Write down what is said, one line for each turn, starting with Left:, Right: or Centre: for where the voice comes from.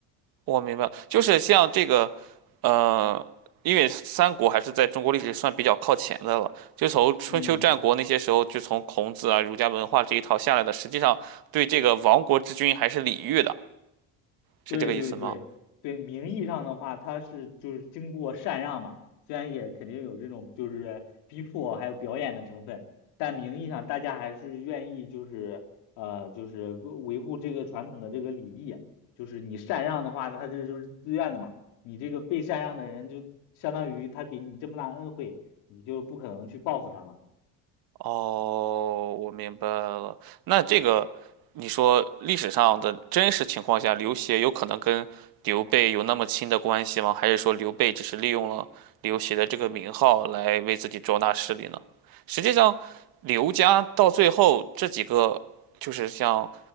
Right: 我明白了，就是像这个，呃，三国还是在中国历史算比较靠前的了。就从春秋战国那些时候，
Left: 嗯。
Right: 就从孔子啊、儒家文化这一套下来的，实际上对这个亡国之君还是礼遇的，是这个意思吗？
Left: 对对对对，名义上的话，他是就是经过禅让嘛，虽然也肯定有这种就是逼迫还有表演的成分，但名义上大家还是愿意就是呃就是维护这个传统的这个礼仪，就是你禅让的话，那他这就是自愿的嘛，你这个被禅让的人就相当于他给你这么大的恩惠，你就不可能去报复他嘛。
Right: 哦，我明白了。那这个，你说历史上的真实情况下，刘协有可能跟刘备有那么亲的关系吗？还是说刘备只是利用了刘协的这个名号来为自己壮大势力呢？实际上，刘家到最后这几个，就是像